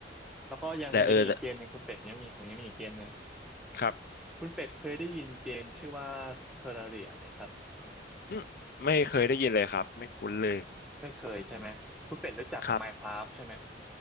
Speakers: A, in the centre; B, on the left (about 50°).
A: แล้วก็ยังยังมีอีกเกมหนึ่งคุณเป็ดยังมีผมยังมีอีกเกมหนึ่ง
B: แต่เออแต่ครับ
A: คุณเป็ดเคยได้ยินเกมชื่อว่า Terraria ไหมครับ
B: อืมไม่เคยได้ยินเลยครับไม่คุ้นเลย
A: ไม่เคยใช่ไหมคุณเป็ดรู้จัก
B: ครับ
A: Minecraft ใช่ไหม